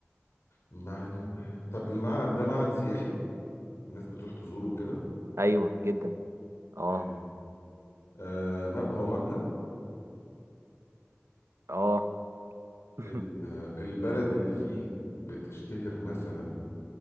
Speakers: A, on the left; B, on the right.
A: معلم طب المعلم ده معلم سياحي الناس بتروح تزوره كده
B: ايوه جدا اه
A: حلو آه مب... هو مبنى
B: اه <laughs>
A: ال- البلد اللي فيه بتشتهر مثلا